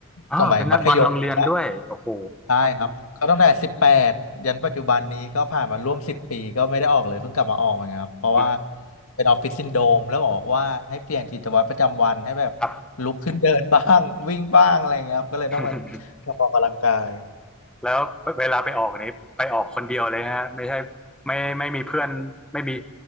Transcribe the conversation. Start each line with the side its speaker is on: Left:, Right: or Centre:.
Centre: อ๋อเป็นนักบอลโรงเรียนด้วยโอ้โห
Left: สมัยมัธยมอย่างเงี้ย ใช่ครับเขาตั้งแต่สิบแปดยันปัจจุบันนี้ก็ผ่านมาร่วมสิบปีก็ไม่ได้ออกเลยเพิ่งกลับมาออกนะครับเพราะว่า
Centre: อืม
Left: เป็นออฟฟิศซินโดรมแล้วบอกว่าให้เปลี่ยนกิจวัตรประจำวันให้แบบ
Centre: ครับ
Left: ลุกขึ้นเดินบ้าง <laughs> วิ่งบ้างอะไรเงี้ยครับก็เลยต้องแบบกลับมาออกกำลังกาย
Centre: <laughs> แล้วเวลาไปออกนี้ไปออกคนเดียวเลยฮะไม่ใช่ไม่ไม่มีเพื่อนไม่มี